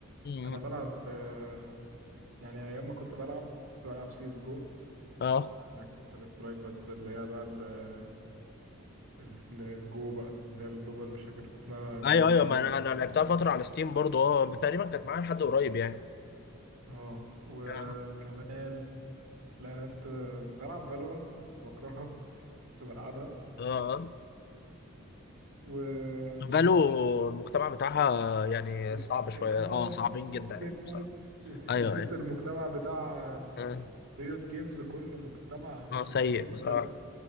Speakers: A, on the left (about 45°); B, on the right (about 75°).
A: مم.
B: انا بلعب آه، يعني ايام ما كنت بلعب كنت بلعب سيس جو
A: اه
B: ده كونتر سترايك بس اللي هي بقى ال- ال- الجو بقى اللي هي الجلوبال مش فاكر اسمها جلوبال
A: ايوه ايوه
B: اوفنسيف
A: ما انا
B: باين
A: انا لعبتها
B: حاجه كده
A: فتره على ستيم برضو اه تقريبا كانت معايا لحد قريب يعني
B: اه وكمان
A: اه
B: لعبت بلعب فالورانت بس بكرهها بس بلعبها
A: اه
B: و
A: فالو المجتمع بتاعها يعني
B: توكسيك
A: صعب شوية
B: مود
A: اه صعبين جدا
B: توكسيك
A: يعني
B: مود
A: بصراحة
B: يخرب
A: ايوه
B: بيت
A: ايوه
B: المجتمع بتاع
A: اه
B: ريوت جيمز كله مجتمع
A: آه، سيء
B: من 60%
A: بصراحة